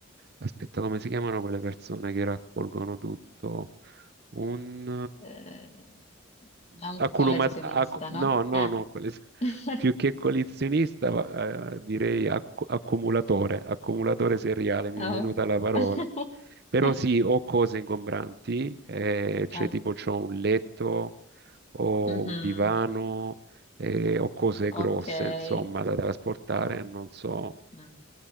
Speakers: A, on the right; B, on the left.
A: aspetta, come si chiamano quelle persone che raccolgono tutto? Un
B: eh, da un
A: eh, acculoma-
B: collezionista,
A: acc- no,
B: no?
A: no,
B: Ah.
A: no, quelle-
B: <laughs>
A: più che collezionista, va- eh, direi acc- accumulatore, accumulatore seriale, mi
B: Ah,
A: è venuta la parola.
B: ok.
A: Però
B: <laughs>
A: sì, ho cose ingombranti, eh, cioè
B: Ah,
A: tipo c'ho un letto, ho
B: mhm,
A: un divano, eh, ho cose
B: Ok.
A: grosse,
B: Eh,
A: insomma, da trasportare, non so.
B: mm.